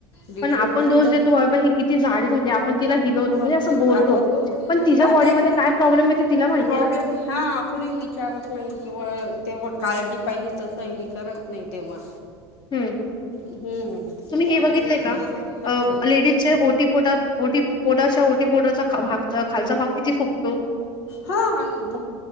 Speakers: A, on the left; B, on the left.
A: डिलिव्हरी
B: पण आपण दोष
A: नंतर
B: देतो की बाबा ही किती जाडी झाली आपण तिला हिनवतो
A: मग
B: म्हणजे असं बोलतो
A: आ पा प
B: पण तिच्या
A: हा
B: बॉडीमध्ये
A: ते कस,
B: काय प्रॉब्लेम आहे ते तिला माहिती
A: प्रॉब्लेम,
B: आहे
A: हा कुणी विचारत नाही किंवा तेव्हा काळजी पाहिजे तसं हे करत नाही तेव्हा
B: हम्म
A: हम्म,
B: तुम्ही हे
A: तेच
B: बघितलय
A: ना
B: का
A: बद्दल
B: अ लेडीजचे ओटीपोटात ओटी पोटाच्या ओटीपोटाचा भाग खालचा भाग किती फुगतो.
A: हा, मग